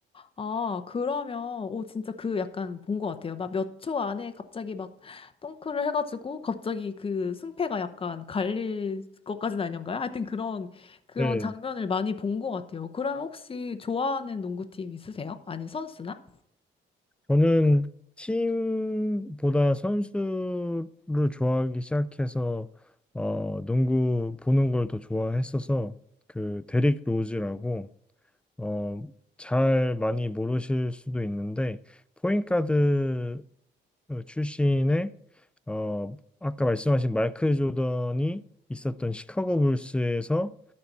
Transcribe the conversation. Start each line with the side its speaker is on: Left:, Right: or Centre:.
Left: 아, 그러면, 오, 진짜 그 약간 본 것 같아요. 막 몇 초 안에 갑자기 막 덩크를 해가지고 갑자기 그 승패가 약간 갈릴 것까지는 아닌가요? 하여튼 그런, 그런
Centre: 네,
Left: 장면을 많이 본 것 같아요. 그럼 혹시 좋아하는 농구팀 있으세요? 아니, 선수나?
Centre: 저는 팀보다 선수를 좋아하기 시작해서 어, 농구 보는 걸 더 좋아했어서 그 데릭 로즈라고 어, 잘 많이 모르실 수도 있는데 포인트가드 출신의 어, 아까 말씀하신 마이클 조던이 있었던 시카고 불스에서